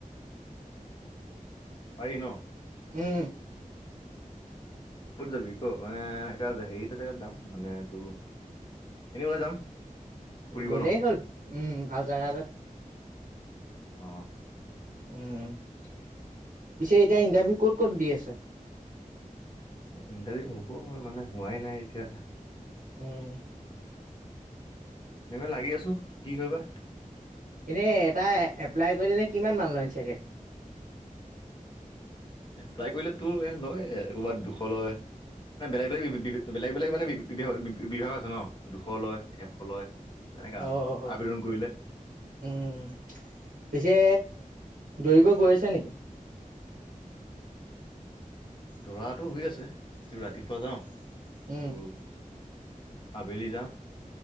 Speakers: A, on the left (about 35°); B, on the right (about 85°).
A: পাৰি ন
B: উম।
A: ক'ত যাবি ক মানে এনেকুৱা হেৰি তাতে যাম মানে তোৰ এনে ওলাই যাম ফুৰিব
B: গ'লেই
A: ন
B: হ'ল উম উম ভাল জাগা এটাত
A: অ
B: উম পিছে এতিয়া ইণ্টাৰভিউ ক'ত ক'ত দি আছে
A: ইণ্টাৰভিউ হ'ব হয় মানে, হোৱাই নাই এতিয়া।
B: উম
A: এনেই মানে লাগি আছোঁ কি হয় বা।
B: এনে এটা এপ্লাই কৰিলে কিমান মান লয় চাগে
A: এপ্লাই কৰিলে তো লয় ক'বাত দুশ লয় মানে বেলেগ বেলেগ বেলেগ বেলেগ মানে বি বিভাগ বিভাগ আছে ন দুশ লয় এশ লয় তেনেকা আৰু
B: অ অ অ
A: আবেদন কৰিলে
B: উম উম উম তে দৌৰিব গৈ আছে নেকি?
A: দৌৰাটো হৈ আছে একদম ৰাতিপুৱা যাও
B: উম
A: তোৰ আবেলি যাও